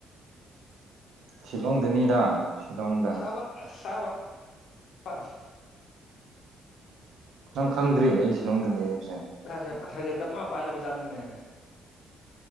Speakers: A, on the right; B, on the left.
A: ꯁꯤꯂꯣꯡꯗꯅꯤꯗ ꯁꯤꯂꯣꯡꯗ
B: ꯁꯕꯥꯁ ꯁꯕꯥꯁ ꯕꯥꯁ
A: ꯅꯪ ꯈꯪꯗ꯭ꯔꯤ ꯑꯩ ꯁꯤꯂꯣꯡꯗ ꯂꯩ ꯍꯥꯢꯕꯁꯦ
B: ꯐꯖꯕ ꯐꯖꯗꯕꯥ ꯄꯥꯏꯔꯕ ꯖꯥꯠꯅꯤꯅꯦ